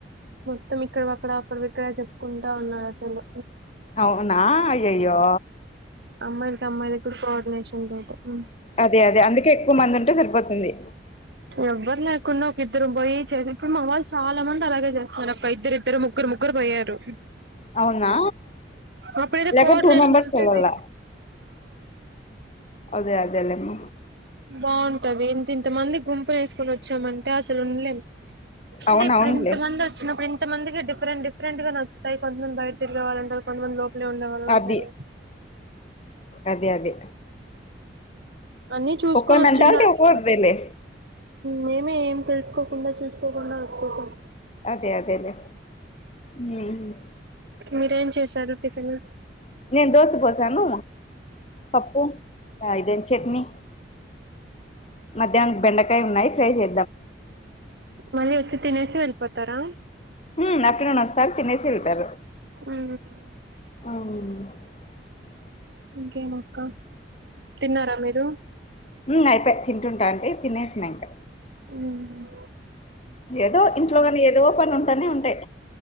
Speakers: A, on the right (about 65°); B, on the left (about 35°).
A: మొత్తం ఇక్కడవి అక్కడ అక్కడవి ఇక్కడ చెప్పుకుంటా ఉన్నారు అసలు
B: అవునా అయ్యయ్యో
A: అమ్మాయిలకి అమ్మాయిలకి కూడ కోఆర్డినేషన్ లేదు ఉమ్.
B: అదే అదే అందుకే ఎక్కువ మంది ఉంటే సరిపోతుంది
A: ఎవ్వరు లేకుండా ఒక ఇద్దరు పోయి చేస ఇప్పుడు మామ్ వాళ్ళు చాలామంది అలాగే చేస్తున్నారు అక్క ఇద్దరు ఇద్దరు ము ముగ్గురు ముగ్గురు పోయారు
B: అవునా
A: అప్పుడు అయితే
B: లేక
A: కోఆర్డినేషన్
B: టూ మెంబర్స్
A: ఉండేది.
B: వెళ్ళాల అదే అదేలేమ్మ
A: బావుంటది ఇంత ఇంత మంది గుంపు వేసుకొని వచ్చామంటే అసలు ఉండలేము అంటే
B: అవును
A: ఇప్పుడు
B: అవునులే
A: ఇంత మంది వచ్చినప్పుడు ఇ కొంతమంది డిఫరెంట్ డిరెంట్గా నచ్చతాయ్ కొంతమంది బయట తిరిగేవాళ్లు ఉంటరు కొంతమంది లో ఇంట్లో ఉండే వాళ్ళు ఉంటారు
B: అది అదే అదే
A: అన్ని చూసుకొని
B: ఒక్కో
A: వచ్చి
B: మెంటాలిటీ
A: ఉండాల్సింది.
B: ఒక్కోరిదిలే
A: మేమే ఏం తెలుసుకోకుండా చూసుకోకుండా వచ్చేసం
B: అదే అదేలే మ్
A: మీరేం చేశారు టిఫిన్
B: నేను దోశ పోసాను పప్పు అ ఇదేం ఇ చట్నీ మ బెండకాయ ఉన్నాయి ఫ్రై చే
A: మళ్ళీ వచ్చి తినేసి వెళ్ళిపోతారా
B: హ అక్కడ నస్తారు తినేసి వేళ్తారు
A: మ్
B: అవును
A: ఇంకేమక్క తిన్నారా మీరు
B: మ్ అయిపోయి తింటుంటంటే తినేసిన ఇంక
A: మ్మ్
B: ఏదో ఇంట్లో కానీ ఏదో పని ఉంటానే ఉంటాయి